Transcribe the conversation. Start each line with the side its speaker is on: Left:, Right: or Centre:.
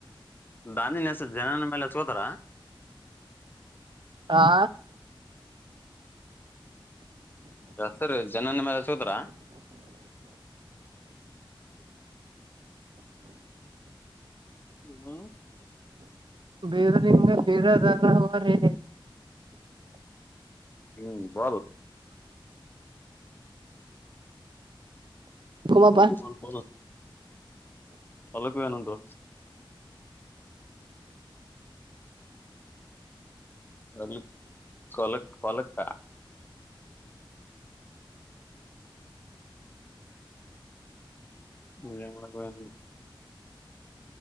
Left: ದನ್ಿನ್ಯಸ ಜನನ ಮೇಲೆಚ್ಕೋತಾರ
Right: ಆಾ
Left: ಸರ್ ಜನ ನಿ ಚೋದರ <inaudible>
Right: ಬೀರಲಿಂಗ ಬೀರದಾರ ಅವ ರ
Left: ಹ್ಮ್ ಬ
Right: ಕುಮಪ್ಪ
Left: ಬ ಬ ಬಲ ಅಲಕ್ವ ನದು ಅ ಕೊಲಕ್ ಕೊಲಕ್ಕ <unintelligible> ಹ ಗ <unintelligible> <inaudible>